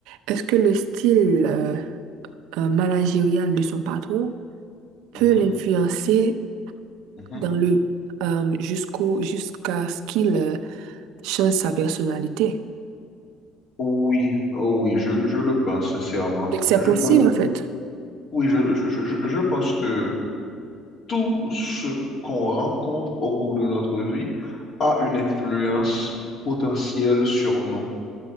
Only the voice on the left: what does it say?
Mhm,
mhm.
Oui, oh oui, je, je le pense sincèrement.
Je,
pense-
oui, je, je, je, je je pense que tout ce qu'on rencontre au cours de notre vie a une influence potentielle sur nous.